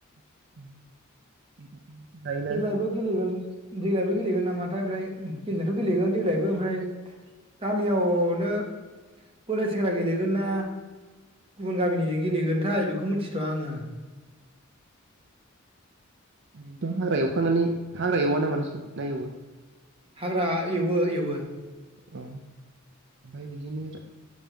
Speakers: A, on the right; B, on the right.
A: <unintelligible> जायोना
B: देग्लायबो गेलेगोन देग्लायबो गेलेगोन नामा नामाथाय ओमफ्राय उ गेलेनायाथ'
A: रायजोआव
B: गेलेगोन देग्लायबो ओमफ्राय गामियावनो बोराइ सेंग्रा गेलेगोन ना गुबुन गामिनिजों गेलेगोनथाय बेखौ मिथिथ'आ आङो
A: ओरैनोथ' हाग्रा एवखांनानै हाग्रा एववा नामा नोंसिनथिं ना एववो
B: हाग्रा एवो एवो
A: औ ओमफाय बिदिनो राय